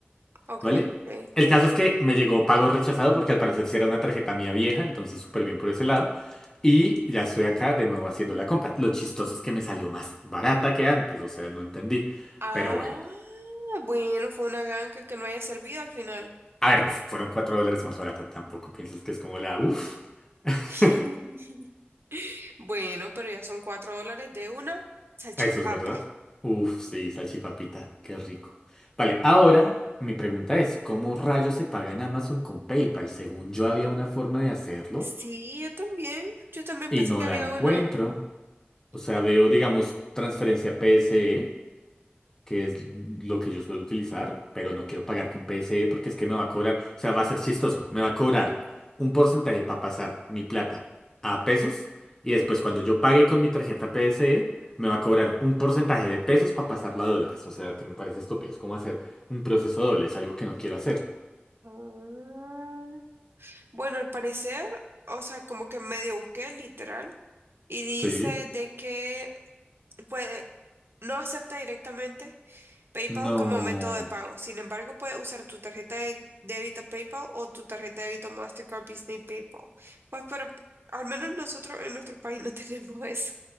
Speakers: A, on the right; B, on the left.
A: ok,
B: ¿vale?
A: ok.
B: El caso es que me llegó pago rechazado porque al parecer sí era una tarjeta mía vieja, entonces súper bien por ese lado. Y ya estoy acá de nuevo haciendo la compra. Lo chistoso es que me salió más barata que antes, o sea, no entendí.
A: Ah,
B: Pero bueno.
A: bueno, fue una ganga que no haya servido al final.
B: A ver, fueron 4 dólares más barata, tampoco piensas que es como la uff. <laughs>
A: <laughs> Bueno, pero ya son cuatro dólares de una salchipapa.
B: Eso es verdad. Uf, sí, salchipapita, qué rico. Vale, ahora mi pregunta es, ¿cómo rayos se paga en Amazon con PayPal? Según yo había una forma de hacerlo
A: Sí, yo también. Yo también
B: y
A: pensé
B: no
A: que
B: la
A: había
B: encuentro.
A: una.
B: O sea,
A: Ah,
B: veo, digamos, transferencia PSE que es lo que yo suelo utilizar, pero no quiero pagar con PSE porque es que me va a cobrar, o sea, va a ser chistoso, me va a cobrar un porcentaje para pasar mi plata a pesos y después cuando yo pague con mi tarjeta PSE, me va a cobrar un porcentaje de pesos para pasarla a dólares, o sea, que me parece estúpido, es como hacer un proceso doble, es algo que no quiero hacer.
A: ah. Bueno, al parecer, o sea, como que medio busqué, literal, y dice
B: Sí,
A: de que puede, no acepta directamente PayPal
B: no,
A: como método de pago. Sin embargo, puedes usar tu tarjeta de débito PayPal o tu tarjeta de débito Mastercard Disney PayPal. Pues, pero al menos nosotros en nuestro país no <laughs> tenemos eso.